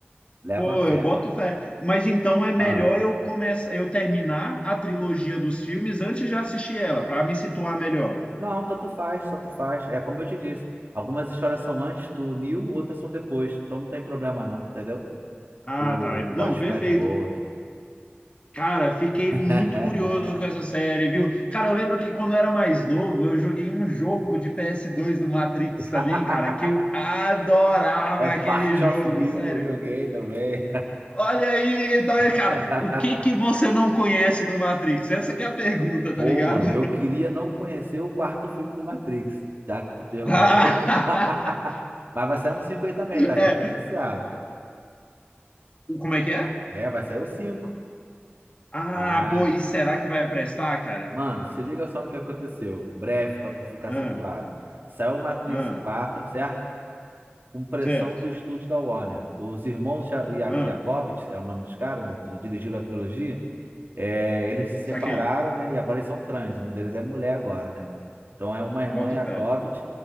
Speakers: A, on the right (about 60°); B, on the left (about 30°).
A: leva
B: Pô,
A: fé.
B: eu boto fé. Mas então é melhor
A: Ah,
B: eu começar, eu terminar a trilogia dos filmes antes de assistir ela, para me situar melhor.
A: não, tanto faz, tanto faz. É como eu te disse. Algumas histórias são antes do Neo, outras são depois. Então não tem problema, não, entendeu?
B: Ah,
A: Tu
B: tá.
A: pode
B: Não, perfeito.
A: ficar de boa.
B: Cara, fiquei
A: <laughs>
B: muito curioso com essa série, viu? Cara, eu lembro que quando eu era mais novo, eu joguei um jogo de PS2 do Matrix
A: <laughs>
B: também, cara, que eu adorava
A: É Part
B: aquele jogo,
A: of New,
B: sério.
A: eu joguei também.
B: Olha aí, tá, cara,
A: <laughs>
B: o que que você não conhece do Matrix? Essa que é a pergunta,
A: Pô,
B: tá ligado?
A: mano, eu queria não conhecer o quarto filme do Matrix, já que tu perguntou.
B: <laughs>
A: <laughs> Mas vai sair um 5 aí também, tá?
B: É,
A: Já foi anunciado.
B: como é que é?
A: É, vai sair o 5.
B: Ah,
A: Ah,
B: pô, e será que vai prestar, cara?
A: mano, se liga só no que aconteceu. Breve pra tu ficar
B: Ah,
A: situado. Saiu o Matrix
B: ah,
A: 4, certo? Com pressão
B: certo.
A: do estúdio da Warner. Os irmãos Ja- Ja-
B: Ah,
A: Jacobits, é o nome dos caras, né? Di- Dirigiram a trilogia. É, eles se separaram,
B: saquei.
A: né? E agora eles são trans. Um deles é mulher agora, né? Então é uma irmã
B: Boto
A: Yakovitch.
B: fé.